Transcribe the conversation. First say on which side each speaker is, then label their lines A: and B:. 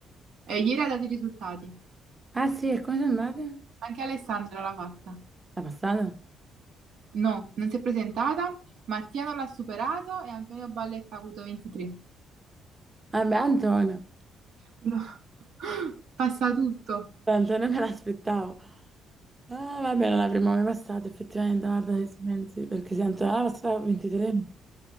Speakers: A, on the right (about 65°); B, on the right (about 15°).
A: E ieri ha dato i risultati.
B: ah, sì, e come sono andate?
A: Anche Alessandra l'ha fatta.
B: È passato?
A: No, non si è presentata. Mattia non l'ha superato e Antonio Balletta ha avuto 23.
B: Ah, beh, Antonio.
A: Quello- <laughs> <gasps> Passa tutto.
B: Antonio me l'aspettavo. Ah, vabbè, non l'avremmo mai passato, effettivamente, guarda se ci pensi, perché se Antonio l'ha passata a 23.